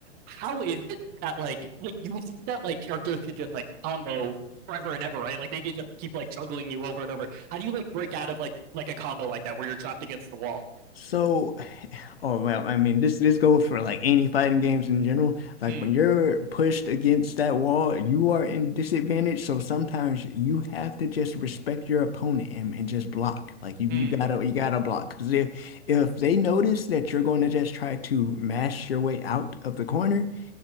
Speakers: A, on the right (about 25°); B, on the left (about 55°).
A: how is it that like like you would think that like characters could just like combo forever and ever, right? Like they could just keep like juggling you over and over. How do you like break out of like like a combo like that where you're trapped against the wall?
B: So, <sighs> oh well, I mean, this this goes for like any fighting games in general. Like
A: Hmm.
B: when you're pushed against that wall, you are in disadvantage. So sometimes you have to just respect your opponent and, and just block. Like you
A: Hmm.
B: you gotta you gotta block because if if they notice that you're going to just try to mash your way out of the corner,